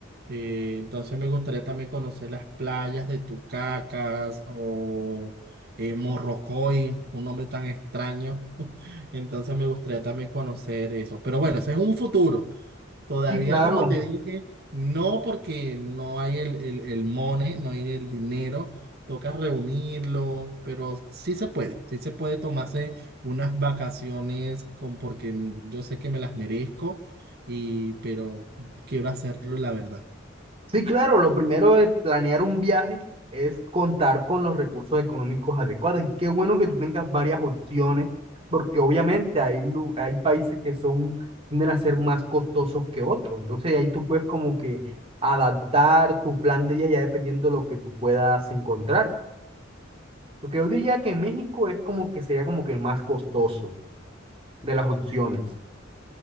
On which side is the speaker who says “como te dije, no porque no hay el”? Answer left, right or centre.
Right